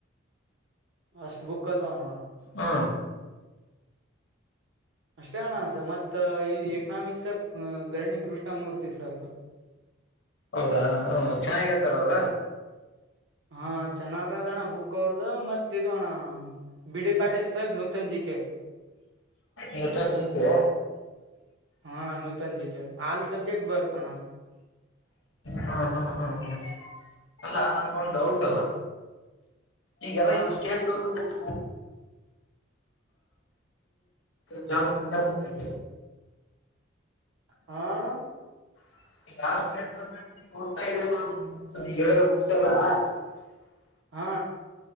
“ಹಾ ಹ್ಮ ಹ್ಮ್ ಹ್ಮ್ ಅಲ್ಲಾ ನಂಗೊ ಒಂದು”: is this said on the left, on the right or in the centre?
Left